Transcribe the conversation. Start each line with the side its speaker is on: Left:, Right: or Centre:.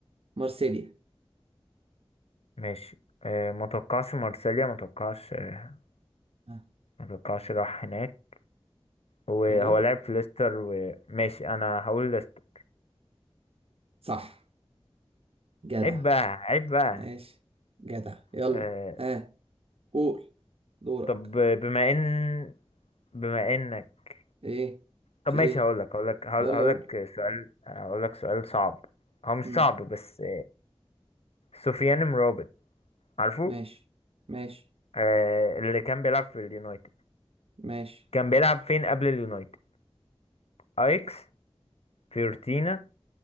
Right: مارسيليا
Left: ماشي آه ما توقعش مارسيليا ما توقعش آه
Right: ها
Left: ما توقعش راح هناك هو هو
Right: يلا
Left: لعب في ليستر وماشي انا هقول ليستر
Right: صح جدع
Left: عيب بقى عيب بقى
Right: ماشي جدع يلا
Left: آه،
Right: ها قول دورك
Left: طب بما ان بما انك
Right: ايه في
Left: طب ماشي
Right: ايه
Left: هقول لك هقول لك هقول
Right: يلا قول
Left: لك سؤال هقول لك سؤال صعب هو مش
Right: امم
Left: صعب بس سفيان مرابط عارفه
Right: ماشي ماشي
Left: آه اللي كان بيلعب في اليونايتد
Right: ماشي
Left: كان بيلعب فين قبل اليونايتد ايكس فيورتينا